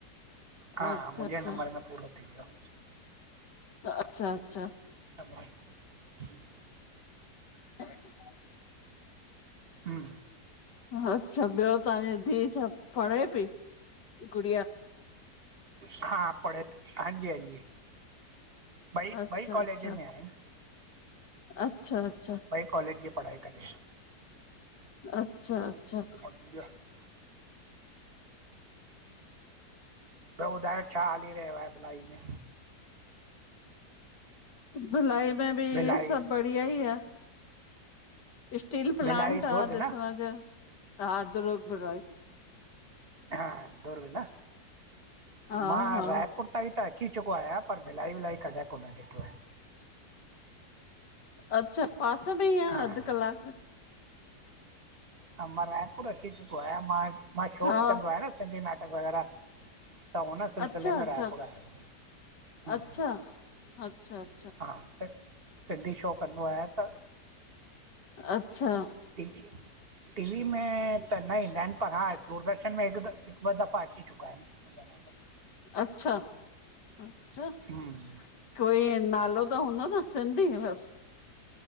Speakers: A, on the right; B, on the left.
A: हा
B: अच्छा
A: मुंहिंजे
B: अच्छा अच्छा
A: नंबर में पूरो थी वियो
B: अच्छा अच्छा
A: <unintelligible>
B: <inaudible>
A: हूं
B: अच्छा ॿियो तव्हांजी धीउ छा पढ़े पई गुड़िया?
A: हा पड़े हांजी हांजी ॿई
B: अच्छा
A: ॿई कॉलेज
B: अच्छा
A: में आहिन
B: अच्छा अच्छा
A: कॉलेज जी पढ़ाई करे।
B: अच्छा अच्छा
A: <inaudible> ॿियो ॿुधायो छा हली रहियो आहे भिलाई में?
B: भिलाई में बी
A: भिलाई
B: सभ बढ़िया ई आह। स्टील प्लांट
A: भिलाई
B: आह
A: दुर्ग
B: ॾिसण
A: न
B: जो <unintelligible>
A: हा दुर्ग न
B: हा
A: मां
B: हा
A: रायपुर तताईं त अी चुको आहियां पर भिलाई विलाई कॾहिं कोन ॾिठो आहे।
B: अच्छा पासे में ई आह
A: हा
B: अध कलाक
A: हा मां रायपुर अची चुको आहियां मां मां शो
B: हा
A: बि कंदो आहियां न सिंधी नाटक वग़ैरह। त हुन सिलसिले
B: अच्छा
A: में
B: अच्छा
A: रायपुर आयो हुयुसि हम्म,
B: अच्छा अच्छा अ
A: हा सि सिंधी शो कंदो आहियां त
B: अच्छा।
A: टे <unintelligible> टीवी में त न ईंदा आहिनि पर हा दूरदर्शन में हिकु हिकु ॿ दफ़ा अची चुका आहिनि। मुंहिंजा नाटक
B: अच्छा अच्छा।
A: हम्म,
B: कोई इयं नालो त हूंदो न सिंधी बसि।